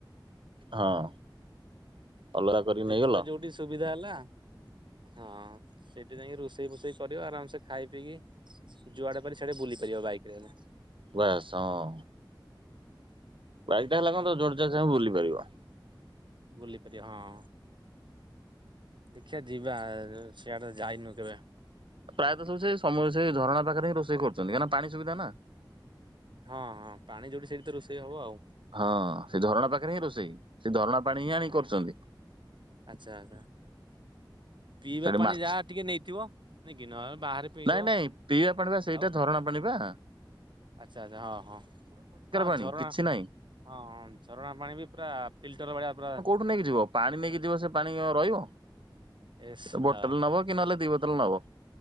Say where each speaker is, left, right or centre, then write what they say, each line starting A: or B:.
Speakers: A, on the right; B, on the right.
A: ହଁ। ଅଲଗା କରିକି
B: ଦେଖିଲ
A: ନେଇଗଲ
B: ଯୋଉଠି ସୁବିଧା ହେଲା। ହଁ ସେଇଠି ଯାଇକି ରୋଷେଇ ଫୋଷେଇ କରିବ ଆରାମ ସେ ଖାଇ ପିଇକି। ଯୁଆଡେ ପାରି ସିଆଡେ ବୁଲି ପାରିବ ବାଇକ ରେ ଗଲେ।
A: ବାସ୍ ହଁ। ବାଇକ୍ ଟା ହେଲା କଁ ତମେ ଜୁଆଡେ ଜା ଚାହିଁବ ବୁଲି ପାରିବ।
B: ବୁଲି ପାରିବେ ହଁ। ଦେଖିବା ଯିବା ଏ ସିଆଡ଼େ ଯାଇନୁ କେବେ।
A: ପ୍ରାୟତଃ ସବୁ ସେ ସମୟ ସେ ଝରଣା ପାଖରେ ହିଁ ରୋଷେଇ କରୁଛନ୍ତି କାହିଁକି ପାଣି ସୁିବିଧା ନା।
B: ହଁ ହଁ ପାଣି ଯୋଉଠି ସେଇଠିିତ ରୋଷେଇ ହବ ଆଉ।
A: ହଁ ସେ ଝରଣା ପାଖରେ ହିଁ ରୋଷେଇ ସେ ଝରଣା ପାଣି ହିଁ
B: ହଁ
A: ଆଣି କରୁଛନ୍ତି।
B: ଆଚ୍ଛା ଆଚ୍ଛା। ପିଇବା
A: ସେଠି
B: ପାଣି
A: ମାଛ
B: ଯାହା। ଟିକେ ନେଇଥିବ। ନାଇଁ କି ନହେଲେ ବାହାରେ। ପିଇଦବ
A: ନାଇଁ ନାଇଁ ପିଇବା ପାଣିିବା ସେଇଟା
B: ଆଉ
A: ଧରଣା ପାଣିିବା
B: ଆଚ୍ଛା ଆଚ୍ଛା ହଁ ହଁ ହଁ
A: ପାଣି
B: ଝରଣା।
A: କିଛି ନାହିଁ
B: ହଁଁ ଝରଣା ପାଣି ବି ପୁରା ଫିଲ୍ଟର ଭଳିଆ ପୁରା।
A: ତାକୁ ନେଇକି ଯିବ ପାଣି ନେଇକି ଯିବ ସେ ପାଣି କଁ ରହିବ
B: ଏସ୍
A: ବୋଟଲେ
B: ହଁ
A: ନବ। କି ନହେଲେ ଦି ବୋତଲେ ନବ।